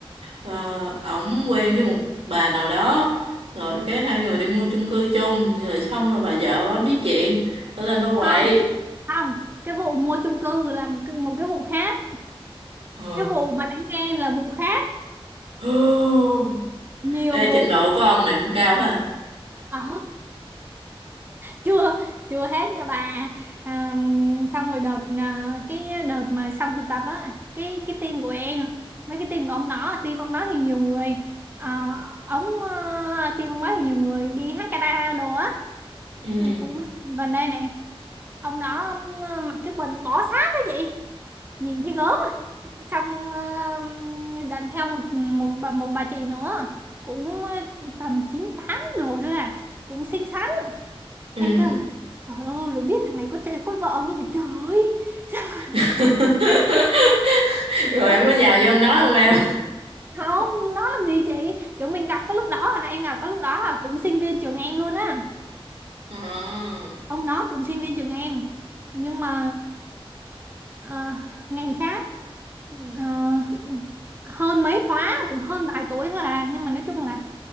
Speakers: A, on the right; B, on the right.
A: ờ, ổng quen với một bà nào đó rồi cái hai người đi mua chung cư chung rồi xong rồi bà vợ bà biết chuyện bà lên bà quậy
B: không không cái vụ mua chung cư là một, cái- một cái vụ khác
A: Ờ.
B: cái vụ mà đánh ghen là vụ khác
A: <gasps>
B: nhiều
A: ê
B: vụ
A: trình độ của ông này cũng cao ha
B: Ờ, chưa chưa hết nha bà à, xong rồi đợt à, cái đợt mà xong thực tập á cái cái team của em với cái team của ông đó team ông đó thì nhiều người à, ông à, team ông đó thì nhiều người đi hát karaoke đồ á
A: ừ
B: à, cũng gần đây này ông đó ông, à, mặc cái quần bó sát á chị nhìn thấy gớm trong ờ, dẫn theo một một bà một bà chị nữa cũng ờ, tầm chín tám rồi thôi à cũng xinh xắn
A: ừ
B: em kêu là trời ơi rồi biết thằng này có chơi có vợ không nhỉ trời ơi <laughs>
A: <laughs> rồi
B: Ờ,
A: em có nhào vô em nói không em
B: không nó làm gì chị kiểu mình gặp có lúc đó là em gặp có lúc đó là cũng sinh viên trường em luôn á
A: à,
B: ông đó cũng sinh viên trường em nhưng mà ờ, ngành khác ờ, hơn mấy khóa cũng hơn vài tuổi thôi à nhưng mà nói chung là